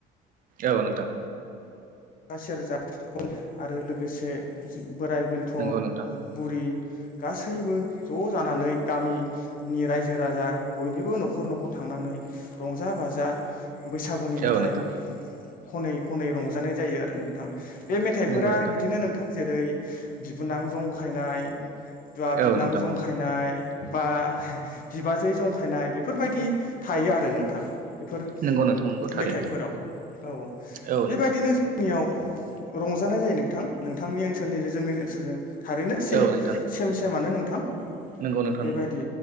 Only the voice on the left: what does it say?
जथा सेरजा आरो लोगोसे बोराय बेन्थ'
बुरि गासैबो ज' जानानै गामिनि रायजो राजा बयनिबो न'खर न'खर थां थांनानै रंजा बाजा बैसागुनि मेथाइ
खनै खनै रंजानाय जायो आरो नोंथां। बे मेथाइफोरा
बिदिनो नोंथां जेरै बिबोनां जंखायनाय बा बिबोनां
जंखायनाय
बा बिबाजै जंखायनाय बेफोरबायदि थायो आरो नोंथां। बेफोर
मेथाइफोराव औ
बेबायदिनो
जोंनियाव रंजानाय जायो नोंथां नोंथांनि ओनसोलनि जों जोंनि ओनसोलजों थारैनो सेम
सेम सेमानो नोंथां।
बेबायदि